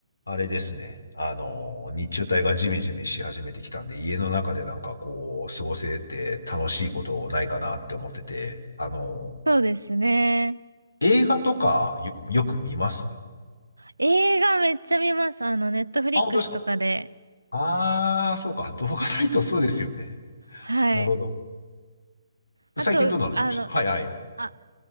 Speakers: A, on the left (about 75°); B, on the right (about 85°).
A: あれですね。あの、日中帯がジメジメし始めてきたんで、家の中でなんかこう、過ごせて楽しいことないかなって思ってて、あの、
B: そうですね。
A: 映画とかよ、よく見ます
B: 映画めっちゃ見ます。あの、ネットフリックスとかで。
A: あ、本当ですかああー、そうか。動画サイトそうですよね。
B: はい。
A: なるほど。
B: あと、
A: 最近どうなの見ましたはいはい。
B: あの、あ、